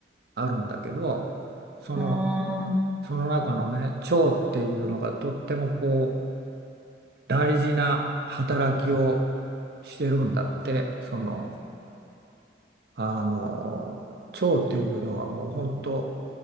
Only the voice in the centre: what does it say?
うーん。うん、